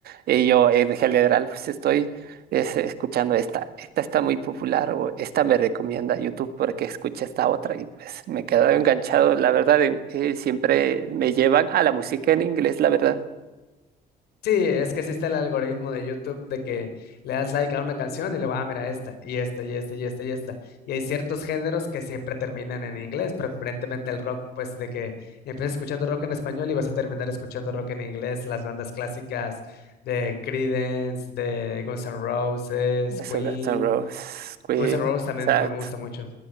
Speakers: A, on the right; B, on the left.
A: Y yo en general, pues estoy es, eh, escuchando esta, esta está muy popular o esta me recomienda YouTube porque escuché esta otra y pues me he quedado enganchado, la verdad, en- eh, siempre me llevan a la música en inglés, la verdad.
B: Sí, es que existe el algoritmo de YouTube de que le das like a una canción y luego, ah, mira, esta, y esta, y esta, y esta, y esta. Y hay ciertos géneros que siempre terminan en inglés, preferentemente el rock, pues de que empiezas escuchando rock en español y vas a terminar escuchando rock en inglés, las bandas clásicas de Creedence, de Guns N' Roses,
A: Eso,
B: Queen.
A: Guns N' Roses, Queen,
B: Guns N' Roses también
A: exacto.
B: me me gusta mucho.